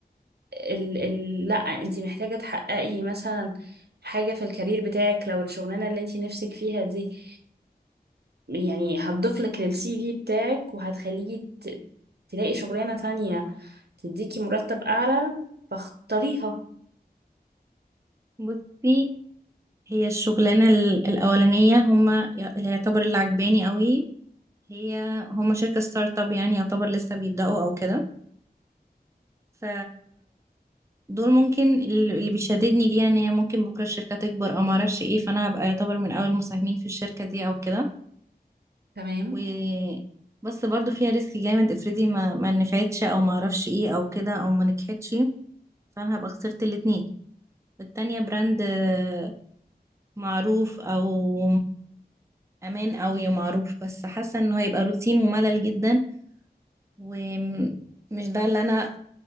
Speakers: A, on the right; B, on the right.
A: ال... ال... لا انتي محتاجه تحققي مثلا حاجه في الكارير بتاعك لو الشغلانه اللي انتي نفسك فيها دي يعني هتضيف لك للسي في بتاعك وهتخليكي ت- تلاقي شغلانه تانية تديكي مرتب أعلى فاختاريها
B: بصي هي الشغلانه ال- الاولانيه هما ي- اللي يعتبر اللي عجباني قوي هي هما شركه ستارت اب يعني يعتبر لسه بيبداوا او كده ف دول ممكن ال- اللي بيشددني ليها ان هي ممكن بكره الشركه تكبر او ما اعرفش ايه فانا هبقى يعتبر من اول المساهمين في الشركه دي او كده
A: تمام
B: و بس برضو فيها ريسك جامد افرضي ما ما نفعتش او ما اعرفش ايه او كده او ما نجحتش فانا هبقى خسرت الاتنين والتانية براند آه، معروف او امان اوي معروف بس حاسة انه هيبقى روتين وملل جدا ومش ده اللي انا